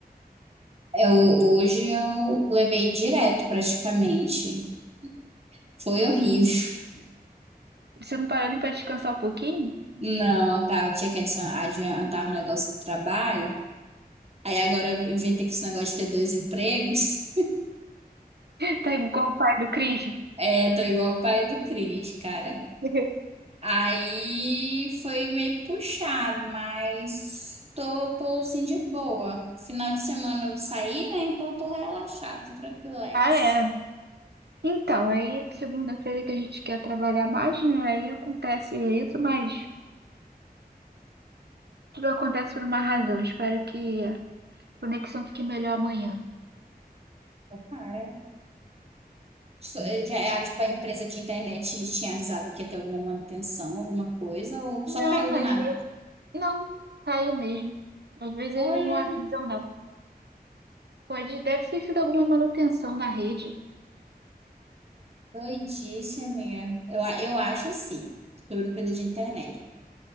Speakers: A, on the right (about 40°); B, on the right (about 90°).
A: Eu, hoje eu levei direto praticamente. Foi horrível.
B: Você não parou nem pra descansar um pouquinho?
A: <laughs> Não, eu tava, tinha que adicionar- adiantar os negócios do trabalho. Aí agora eu inventei que esse negócio de ter dois empregos.
B: <laughs> Tá igual o pai do Cris.
A: É, tô igual o pai do Cris, cara.
B: <laughs>
A: Aí foi meio puxado, mas tô, tô assim de boa. Final de semana eu saí, né? Então tô relaxada, tô tranquilex.
B: Ah, é. Então, aí segunda-feira que a gente quer trabalhar mais, né? Aí acontece isso, mas tudo acontece por uma razão. Espero que Conexão fique melhor amanhã.
A: Cara, só- eh, já, ah, tipo, a empresa de internet tinha avisado que ia ter alguma manutenção, alguma coisa, ou só
B: Não,
A: caiu do
B: às
A: nada.
B: vezes não. Caiu mesmo. Às vezes
A: Olha,
B: eles não avisam, não. Pode, deve ter sido alguma manutenção na rede.
A: doidice, amiga. Eu, a- eu acho assim, sobre a empresa de internet,